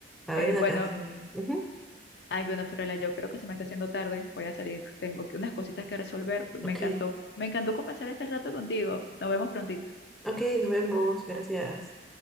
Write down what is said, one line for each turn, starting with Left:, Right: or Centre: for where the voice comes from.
Centre: A
Left: Eh,
Centre: ver una
Left: bueno,
Centre: canción ahí. Ujú.
Left: ay, bueno, Fiorella, yo creo que se me está haciendo tarde. Voy a salir. Tengo que- unas cositas que resolver. Me
Centre: Ok,
Left: encantó, me encantó conversar este rato contigo. Nos vemos prontito.
Centre: ok, nos vemos. Gracias.